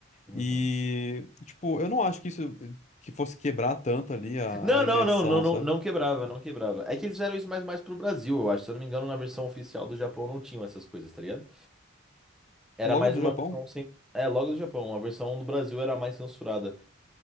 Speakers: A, in the centre; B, on the left.
A: Uhum.
B: E, tipo, eu não acho que isso que fosse quebrar tanto ali a,
A: Não,
B: a imersão,
A: não, não, não, não,
B: sabe?
A: não quebrava, não quebrava. É que eles fizeram isso mais, mais pro Brasil, eu acho. Se eu não me engano, na versão oficial do Japão não tinham essas coisas, tá ligado? Era
B: Logo
A: mais
B: do
A: uma
B: Japão?
A: versão sem. É, logo do Japão, a versão do Brasil era mais censurada.